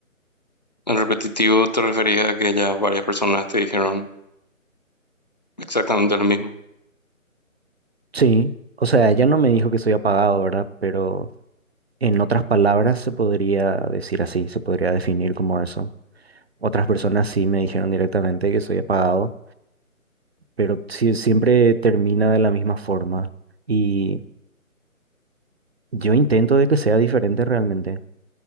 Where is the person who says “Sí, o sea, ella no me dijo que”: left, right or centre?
Right